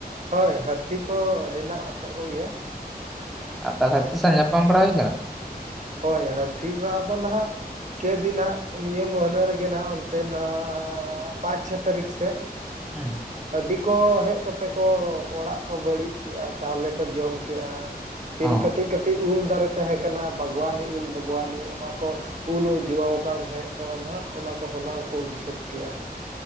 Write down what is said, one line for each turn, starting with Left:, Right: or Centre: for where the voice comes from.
Right: ᱦᱳᱭ ᱦᱟᱹᱛᱤ ᱠᱚ ᱦᱮᱱᱟᱜ ᱟ ᱟᱠᱚ ᱜᱮᱭᱟ᱾
Centre: ᱟᱨ ᱛᱟᱦᱚᱞᱮ ᱦᱟᱹᱛᱤ ᱥᱟᱶ ᱧᱟᱯᱟᱢ ᱵᱟᱲᱟ ᱦᱩᱭ ᱠᱟᱱᱟ?
Right: ᱦᱳᱭ ᱦᱟᱹᱛᱤ ᱥᱟᱶ ᱫᱚ ᱱᱟᱦᱟᱜ ᱠᱮᱫᱤᱱ ᱦᱟᱜ ᱱᱤᱭᱟᱹ ᱢᱟᱹᱦᱱᱟᱹ ᱨᱮᱜᱮ ᱱᱟᱟᱜ ᱚᱱᱛᱮ ᱱᱟ ᱯᱟᱸᱪ ᱪᱷᱚ ᱛᱟᱹᱨᱤᱠᱷ ᱥᱮᱫ
Centre: ᱦᱩᱸ
Right: ᱟᱰᱤᱠ, ᱠᱚ ᱦᱮᱡ ᱠᱟᱛᱮ ᱠᱚ ᱚᱲᱟᱜ ᱠᱚ ᱵᱟᱹᱲᱤᱡ ᱠᱮᱜ-ᱟ ᱪᱟᱣᱞᱮ ᱠᱚ ᱡᱚᱢ ᱠᱮᱜ-ᱟ ᱾ ᱯᱷᱤᱨ
Centre: ᱚ
Right: ᱠᱟᱹᱴᱤᱡ ᱠᱟᱹᱴᱤᱡ ᱩᱞ ᱫᱟᱨᱮ ᱛᱟᱦᱮᱸᱠᱟᱱᱟ ᱵᱟᱜᱽᱣ-ᱟᱱᱤ ᱩᱞ ᱵᱟᱜᱽᱣ-ᱟᱱᱤ ᱚᱱᱟ ᱠᱚ, ᱩᱞ ᱡᱚ ᱟᱠᱟᱱ ᱛᱟᱦᱮᱸᱫ ᱛᱚ ᱱᱟᱦᱟᱜ ᱚᱱᱟᱠᱚ ᱥᱟᱱᱟᱢ ᱠᱚ ᱩᱪᱪᱷᱟᱹᱛ ᱠᱮ-ᱟ᱾